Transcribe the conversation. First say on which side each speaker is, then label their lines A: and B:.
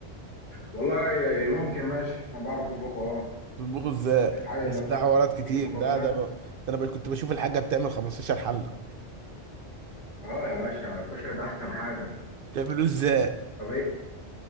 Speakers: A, on the left (about 70°); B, on the right (about 60°).
A: والله يعني ممكن ماشي ما بعرف اطبخ اه
B: بتطبخوا ازاي
A: تخيل
B: بس
A: ادي
B: ده حوارات
A: اديك
B: كتير
A: المكونات
B: ده ده ده انا ب- كنت بشوف الحاجه بتعمل 15 حله
A: اه يا باشا الكشري ده احسن حاجه
B: بتعملوه ازاي
A: طب ايه